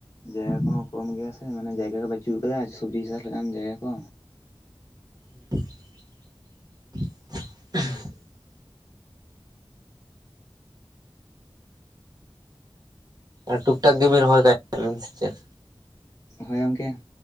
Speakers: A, on the left; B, on the right.
A: ᱡᱟᱭᱜᱟ ᱠᱚᱦᱚᱸ ᱠᱚᱢ ᱜᱮᱭᱟ ᱥᱮ ᱢᱟᱱᱮ ᱡᱟᱭᱜᱟ ᱜᱮ ᱵᱟᱹᱪᱩᱜ ᱟᱠᱟᱫᱟ, ᱥᱚᱵᱽᱡᱤ ᱪᱟᱥ ᱞᱮᱠᱟᱱ ᱡᱟᱭᱜᱟ ᱠᱚ᱾
B: <inaudible> ᱚᱱᱟ ᱴᱩᱠ ᱴᱟᱠ <inaudible> ᱨᱚᱦᱚᱭ <inaudible> ᱥᱮ ᱪᱮᱫ?
A: ᱦᱮᱸ ᱜᱚᱝᱜᱮ᱾